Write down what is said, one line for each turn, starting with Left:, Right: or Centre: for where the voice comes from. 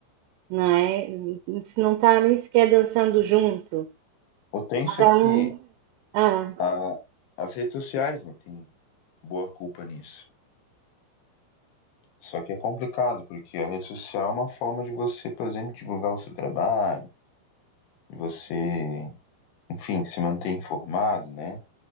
Right: Não é? não tá nem sequer dançando junto.
Left: O tenso
Right: Cada
Left: é que
Right: um. Ah,
Left: a- as redes sociais, né, têm boa culpa nisso. Só que é complicado, porque a rede social é uma forma de você, por exemplo, divulgar o seu trabalho, de você, enfim, se manter informado, né?